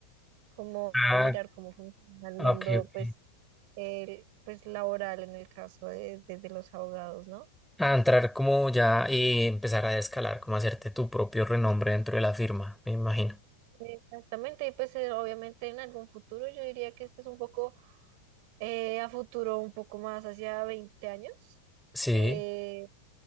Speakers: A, on the right; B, in the centre.
A: como a
B: Ah,
A: mirar cómo funciona el mundo,
B: ok, ok.
A: pues, el, pues laboral en el caso de, de- de los abogados, ¿no?
B: A entrar como ya y empezar a escalar, como hacerte tu propio renombre dentro de la firma, me imagino.
A: Exactamente, y pues eh, obviamente en algún futuro, yo diría que este es un poco eh, a futuro, un poco más hacia 20 años,
B: Sí,
A: eh,